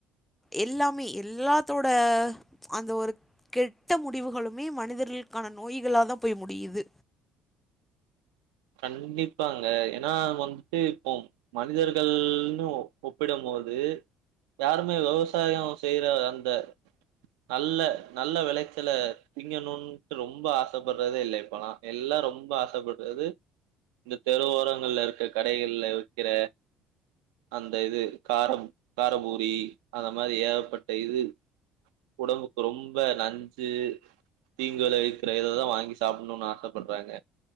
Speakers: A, in the centre; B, on the right (about 75°).
A: எல்லாமே எல்லாத்தோட அந்த ஒரு கெட்ட முடிவுகளுமே மனிதர்களுக்கான நோய்களாதா போய் முடியுது
B: கண்டிப்பாங்க ஏனா வந்துட்டு போம் மனிதர்கள்னு ஒப்பிடம் போது யாருமே விவசாயோ செய்யற அந்த நல்ல நல்ல வெளைச்சல திங்கணுன்ட்டு ரொம்ப ஆசப்படுறதே இல்ல இப்பல்லா எல்லா ரொம்ப ஆசப்படுறது இந்த தெரு ஓரங்கள்ல இருக்க கடைகள்ல விக்கிற அந்த இது காரம் காரபூரி அந்த மாரி ஏகப்பட்ட இது உடம்புக்கு ரொம்ப நஞ்சு தீங்கு வெளைவிக்கிறததா வாங்கி சாப்புணுன்னு ஆசப்படுறாங்க